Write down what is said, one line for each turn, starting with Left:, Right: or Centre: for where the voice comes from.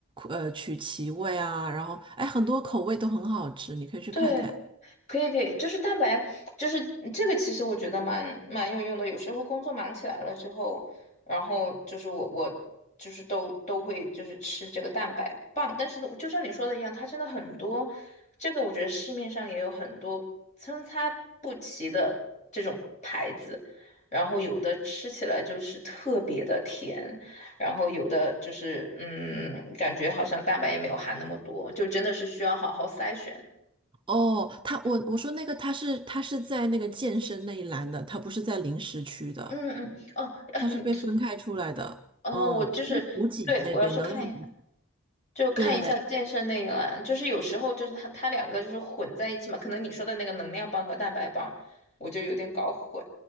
Right: 呃，曲奇味啊，然后哎，很多口味都很好吃，你可以去看看。
Left: 对。可以可以，就是蛋白，就是这个，其实我觉得蛮蛮有用的。有时候工作忙起来了之后，然后就是我我就是都都会就是吃这个蛋白棒，但是就像你说的一样，它真的很多，这个我觉得市面上也有很多参差不齐的这种牌子，然后有的吃起来就是特别的甜，然后有的就是嗯，感觉好像蛋白也没有含那么多，就真的是需要好好筛选。
Right: 哦，他我我说那个他是他是在那个健身那一栏的，他不是在零食区的，
Left: 嗯嗯，哦，啊你，
Right: 他是被分开出来的，
Left: 啊，
Right: 嗯，
Left: 我就是，
Right: 就是补给那边能量补。
Left: 对，我要去看一下，就看一下健身那一栏，
Right: 对对对，
Left: 就是有时候就是它它两个就是混在一起嘛，可能你说的那个能量棒和蛋白棒，我就有点搞混。